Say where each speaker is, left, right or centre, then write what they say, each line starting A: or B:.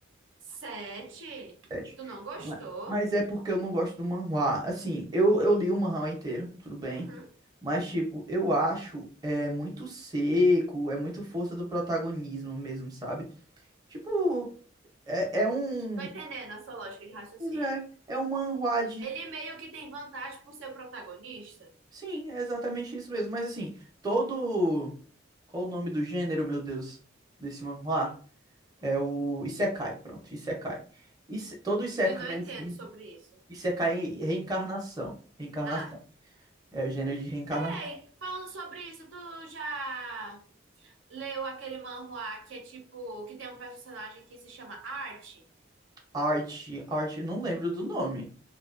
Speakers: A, on the right; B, on the right.
A: sete?
B: sete
A: Tu não gostou?
B: Ma- Mas é porque eu não gosto do manhwa. Assim, eu, eu li o manhwa inteiro, tudo bem.
A: Uhum.
B: Mas, tipo, eu acho é muito seco, é muito força do protagonismo mesmo, sabe? Tipo, é, é um.
A: Tô entendendo a sua lógica de raciocínio.
B: Pois é, é um manhwa
A: Ele meio que tem vantagem por ser o protagonista?
B: Sim, é exatamente isso mesmo. Mas assim, todo. Qual o nome do gênero, meu Deus, desse manhwa? É o Isekai, pronto, Isekai. Ise- Todo Isekai,
A: Eu não entendo
B: assim,
A: sobre isso.
B: Isekai é reencarnação. Reencarnação.
A: Ah,
B: É o gênero de reencarnação.
A: ei, falando sobre isso, tu já leu aquele manhwa que é tipo, que tem um personagem que se chama Art?
B: Arte, arte, não lembro do nome.